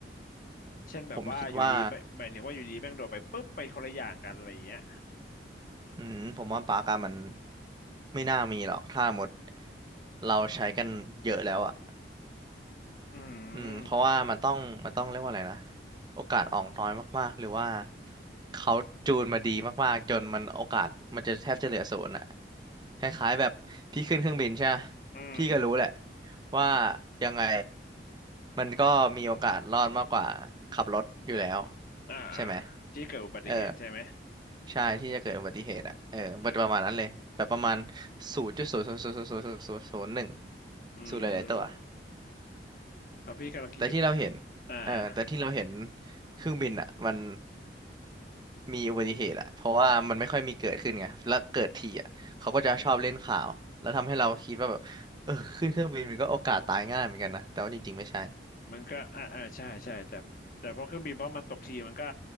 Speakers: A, on the left; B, on the right.
A: เช่นแบบว่าอยู่ดีไม่หมายถึงว่าอยู่ดีแม่งโดดไปปุ๊บไปคนละอย่างกันอะไรอย่างเงี้ย
B: ผมคิดว่าอืมผมว่าปาร์กอะมันไม่น่ามีหรอกถ้าหมดเราใช้กันเยอะแล้วอ่ะ
A: อื
B: อืมเพราะว่ามันต้องมันต้องเรียกว่าอะไรนะ
A: ม
B: โอกาสออกน้อยมากๆหรือว่าเขาจูนมาดีมากๆจนมันโอกาสมันจะแทบจะเหลือศูนย์อะคล้ายๆแบบพี่ขึ้นเครื่องบินใช่ปะ
A: อืม
B: พี่ก็รู้แหละว่ายังไงมันก็มีโอกาสรอดมากกว่าขับรถอยู่แล้ว
A: อ่าอ่า
B: ใช่ไหม
A: ที่เกิดอุบัติเหตุใช่ไหม
B: เออใช่ที่จะเกิดอุบัติเหตุอ่ะเออมันประมาณนั้นเลยแบบประมาณ
A: อ่า
B: ศูนย์จุดศูนย์ศูนย์ศูนย์ศูนย์ศูนย์ศูนย์หนึ่ง
A: อืม
B: ศูนย์หลายๆตัว
A: แล้วพี่กำลังคิดอยู่
B: แต่ที่เราเห็น
A: อ่าอ่า
B: เออแต่ที่เราเห็นเครื่องบินอ่ะมันมีอุบัติเหตุอ่ะเพราะว่ามันไม่ค่อยมีเกิดขึ้นไงแล้วเกิดทีอ่ะเขาก็จะชอบเล่นข่าวแล้วทำให้เราคิดว่าแบบเออขึ้นเครื่องบินมันก็โอกาสตายง่ายเหมือนกันนะแต่ว่าจริงๆไม่ใช่
A: มันก็อ่าอ่าใช่ใช่แต่แต่พอเครื่องบินเพราะมันตกทีมันก็